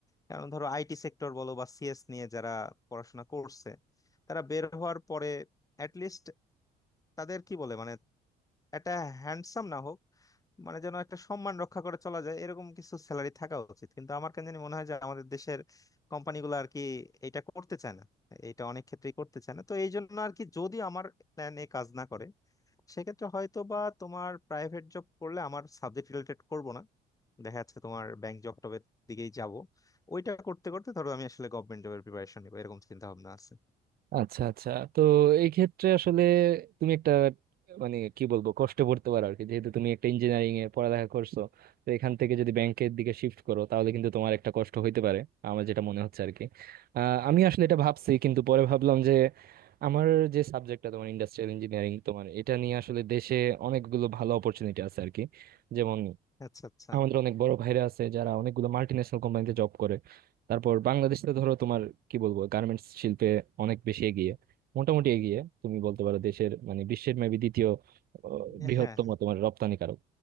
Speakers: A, on the left; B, on the right.
A: কারণ ধরো আইটি সেক্টর বলো বা সিএস নিয়ে যারা পড়াশোনা করছে তারা বের হওয়ার পরে অ্যাটলিস্ট তাদের কি বলে মানে একটা হ্যান্ডসাম না হোক মানে যেন একটা সম্মান রক্ষা করে চলা যায় এরকম কিছু স্যালারি থাকা উচিত কিন্তু আমার কেন জানি মনে হয় যে আমাদের দেশের কোম্পানিগুলো আর কি এটা করতে চায় না এটা অনেক ক্ষেত্রেই করতে চায় না তো এই জন্য আর কি যদি আমার প্ল্যান এ কাজ না করে সেক্ষেত্রে হয়তো বা তোমার প্রাইভেট জব করলে আমার সাবজেক্ট রিলেটেড করব না দেখা যাচ্ছে তোমার ব্যাংক জব টবের দিকেই যাব ওইটা করতে করতে ধরো আমি আসলে গভর্নমেন্ট জবের প্রিপারেশন নিবো এরকম চিন্তা ভাবনা আছে
B: আচ্ছা আচ্ছা তো এই ক্ষেত্রে আসলে তুমি একটা মানে কি বলবো কষ্ট করতে পারো আর কি যেহেতু তুমি একটা ইঞ্জিনিয়ারিং এ পড়ালেখা করছো তো এখান থেকে যদি ব্যাংকের দিকে শিফট করো তাহলে কিন্তু তোমার একটা কষ্ট হইতে পারে আমার যেটা মনে হচ্ছে আর কি আহ, আমি আসলে এটা ভাবছি কিন্তু পরে ভাবলাম যে আমার যে সাবজেক্টটা তোমার ইন্ডাস্ট্রিয়াল ইঞ্জিনিয়ারিং তোমার এটা নিয়ে আসলে দেশে অনেকগুলো ভালো অপরচুনিটি আছে আর কি যেমন
A: আচ্ছা আচ্ছা
B: আমাদের অনেক বড় ভাইরা আছে যারা অনেকগুলো মাল্টি ন্যাশনাল কোম্পানিতে জব করে তারপর বাংলাদেশ তো ধরো তোমার কি বলবো গার্মেন্টস শিল্পে অনেক বেশি এগিয়ে মোটামুটি এগিয়ে তুমি বলতে পারো দেশের মানে বিশ্বের মেবি দ্বিতীয় আহ,
A: হ্যাঁ
B: বৃহত্তম
A: হ্যাঁ,
B: তোমার রপ্তানিকারক